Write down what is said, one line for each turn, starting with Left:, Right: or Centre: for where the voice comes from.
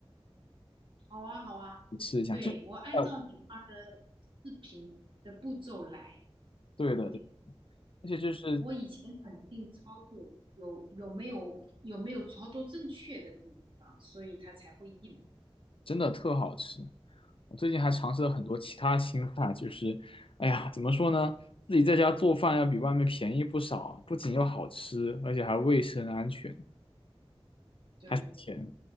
Right: 好啊，好啊，
Left: 你试一下。
Right: 对，
Left: 就呃，
Right: 我按照你发的视频的步骤来，
Left: 对的对，
Right: 对。
Left: 而且就是
Right: 嗯，我以前肯定操作有有没有有没有操作正确的地方，所以它才会硬。
Left: 真的特好吃。我最近还尝试了很多其他新菜，就是，哎呀，怎么说呢，自己在家做饭要比外面便宜不少，不仅又好吃，而且还卫生安全，
Right: 对对，
Left: 还省钱，